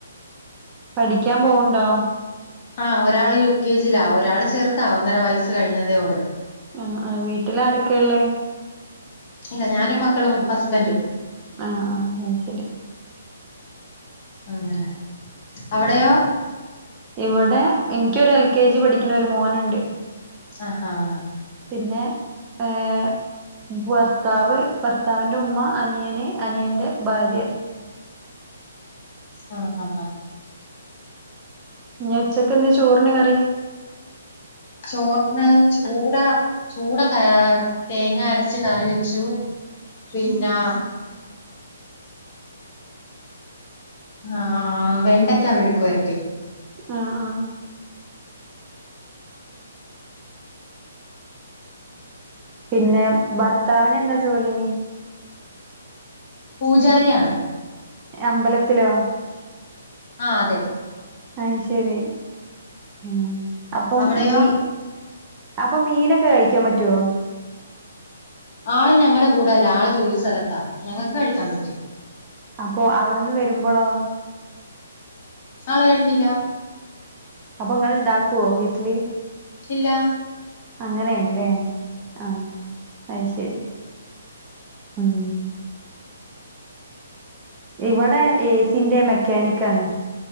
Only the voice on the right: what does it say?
പഠിക്കാൻ പോവ്ണ്ടോ?
ആഹ് ആഹ് വീട്ടിൽ ആരൊക്കെയ ഉള്ളേ?
ആഹ് ആഹ് ആഹ് ശരി..
ഇവിടെ എനിക്കൊരു എൽ കെ ജി പഠിക്കുന്ന ഒരു മോനുണ്ട്..
പിന്നെ ഏ.. <unintelligible> ഭർത്താവ് ഭർത്താവിന്റെ ഉമ്മ അനിയന് അനിയന്റെ ഭാര്യ..
ഞ് ഉച്ചക്കെന്ത ചോറിന് കറി?
ആഹ് ആഹ്.. പിന്നെ ഭർത്താവിന് എന്താ ജോലി?
അമ്പലത്തിലോ?
ആഹ് ശരി ഉം അപ്പൊ
മീ അപ്പൊ മീനൊക്കെ കഴിക്കാൻ പറ്റൊ?
അപ്പൊ അവിടെന്ന് വരുമ്പോളോ?
അപ്പൊ ങ്ങൾ ഉണ്ടാക്കൊ വീട്ടില്?
അങ്ങനെയാണ് ല്ലേ ആഹ്.. ആഹ് ശരി ഉം.. ഇവിടെ ഏസിന്റെ മെക്കാനിക്ക് ആണ്..